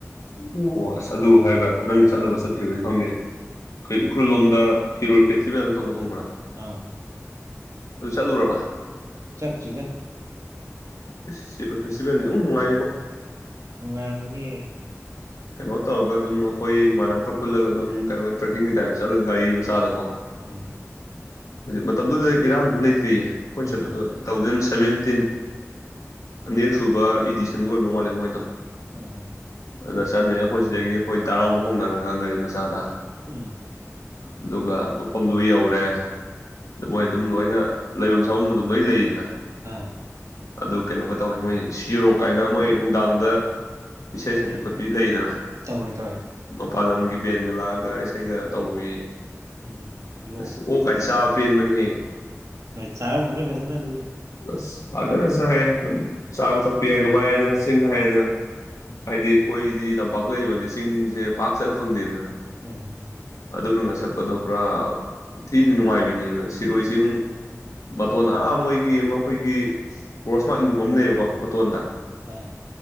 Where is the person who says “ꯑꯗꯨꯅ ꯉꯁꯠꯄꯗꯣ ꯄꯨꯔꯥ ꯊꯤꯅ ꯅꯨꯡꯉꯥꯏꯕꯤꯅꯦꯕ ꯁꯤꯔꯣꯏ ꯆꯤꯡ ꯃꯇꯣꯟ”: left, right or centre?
Left